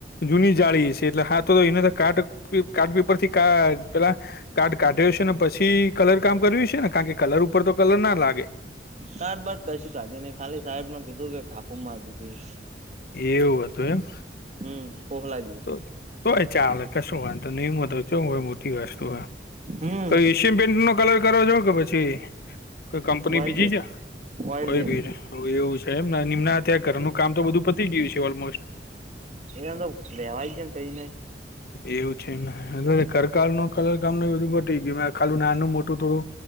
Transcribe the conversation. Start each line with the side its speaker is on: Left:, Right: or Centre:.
Left: જૂની જાળી સે એટલે હા તો એને તો કાર્ટ પેપ કાટ પેપર થી કાઆ પેલા કાર્ડ કાઢ્યો સે ને પછી કલર કામ કર્યું સે ને, કાણ કે કલર ઉપર તો કલર ના લાગે.
Right: તાટબાટ કશું કાઢીને ખાલી સાએબ ન કીધું કે કાપુ માર દીધું.
Left: એવું અતું એમ?
Right: હમ્મ પોહલાય દી
Left: તો તોય ચાલે કશું વાંધો નહીં હોય તો નહી તો કે હો મોટી વસ્તુ હો.
Right: હમ
Left: કોઈ સિમ પેન્ટ નો કલર કરવા જો કે પછી કોઈ કંપની
Right: ઓઇલ
Left: બીજી
Right: પેન્ટ
Left: છે
Right: ઓઇલ
Left: કોય
Right: પેન્ટ
Left: બી રે. હ એવું છે એમ નિમ્ અત્યારે ઘરનું કામ તો બધું પતી ગયું છે ઓલમોસ્ટ.
Right: એમ જ લેવાય છે કઈ નહીં.
Left: એવું છે ને એમ એટ કરકાળ ન કલરકામ ન બધું પટી ગયુ ને ખાલુ નાનું મોટું થોડું